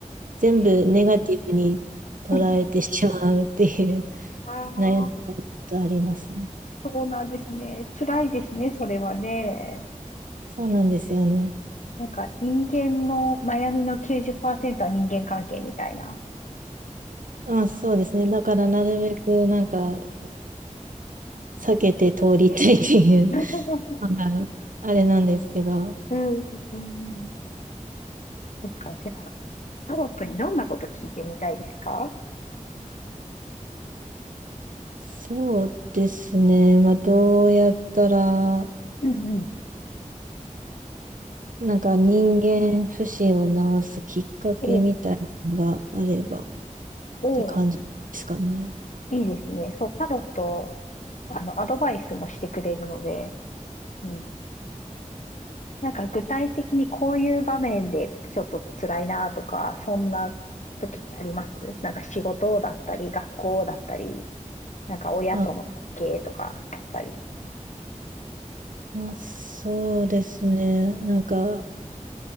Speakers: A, on the right; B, on the left.
A: 全部ネガティブに捉えてしまうっていう
B: えー、うんあー、
A: <laughs> 悩みがちょっとありますね。
B: そうなんですね。辛いですね、それはね。
A: そうなんですよね。
B: なんか、人間の悩みの90%は人間関係みたいな。
A: まあそうですね。だからなるべくなんか避けて通りたいっていう
B: <laughs>
A: <laughs> のがあれなんですけど、
B: うん、うんうんうんそっか、じゃあ。タロットにどんなこと聞いてみたいですか
A: そうですね。まあどうやったら、
B: うんうん。
A: なんか人間不信を直すきっかけみたいなのがあれば。
B: おうおう、
A: て感じですかね。
B: いいですね。そう、タロット、あの、アドバイスもしてくれるので、うん。なんか具体的にこういう場面でちょっと辛いなとか、そんな時ってありますなんか仕事だったり、学校だったり、なんか親との関係とかだったり。
A: あ、まあ、そうですね。なんか、